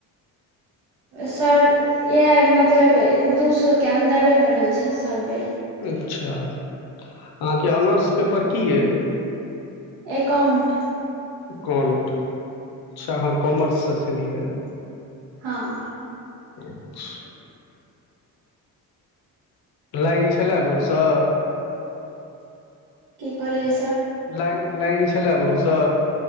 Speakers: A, on the right (about 70°); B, on the left (about 55°).
A: सर इएह मतलब दू सए के अन्दरे मे रहैत छै सभ बेर
B: अच्छा अहाँके ऑनर्स पेपर की यइ
A: एकाउंट
B: एकाउंट अच्छा अहाँ कॉमर्स स छलियैए
A: हँ
B: अच्छा लाइन छलए भोरसँ
A: की कहली
B: लाइन लाइन छलए भोरस